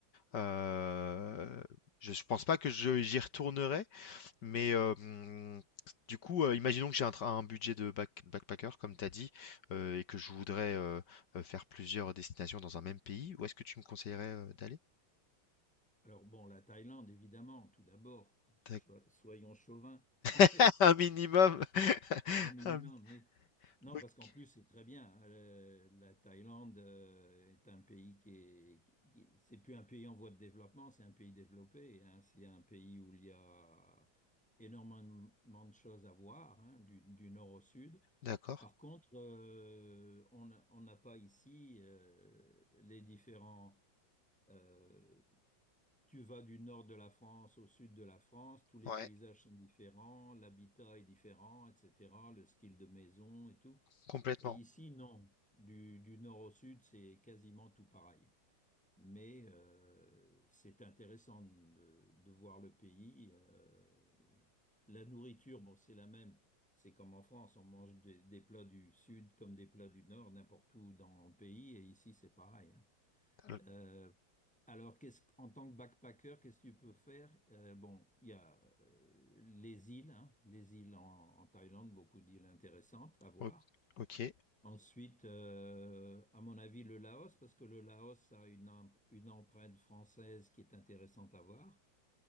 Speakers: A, on the left; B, in the centre.
A: Euh, je, je pense pas que je- j'y retournerai, mais euh, hum, du coup, euh, imaginons que j'ai un, tra- un budget de back- backpacker, comme tu as dit, euh, et que je voudrais euh, euh, faire plusieurs destinations dans un même pays. Où est-ce que tu me conseillerais euh, d'aller?
B: Alors bon, la Thaïlande, évidemment, tout d'abord, So-
A: D'ac-
B: soyons chauvins,
A: <laughs>
B: <laughs>
A: Un minimum. <laughs>
B: un minimum,
A: Un mi-
B: oui. Non,
A: ok.
B: parce qu'en plus, c'est très bien. Euh, la Thaïlande euh, est un pays qui est, qui- c'est plus un pays en voie de développement, c'est un pays développé. hein. C'est un pays où il y a énormément de choses à voir, hein, du, du nord au sud.
A: D'accord.
B: Par contre, euh, on a- on n'a pas ici euh, les différents. euh, tu vas du nord de la France au sud de la France, tous les
A: Ouais,
B: paysages sont différents, l'habitat est différent, etc. Le style de maison et tout.
A: complètement.
B: Et ici, non. Du, du nord au sud, c'est quasiment tout pareil. Mais euh, c'est intéressant de, de voir le pays. euh, la nourriture, bon, c'est la même. C'est comme en France, on mange des, des plats du sud comme des plats du nord, n'importe où dans le pays. Et ici, c'est pareil. hein.
A: Alors,
B: Euh, alors, qu'est-ce, en tant que backpacker, qu'est-ce que tu peux faire? Euh, bon, il y a euh, les îles, hein, les îles en, en Thaïlande, beaucoup d'îles intéressantes à voir.
A: o- Ok.
B: Ensuite, euh, à mon avis, le Laos, parce que le Laos a une, em- une empreinte française qui est intéressante à voir.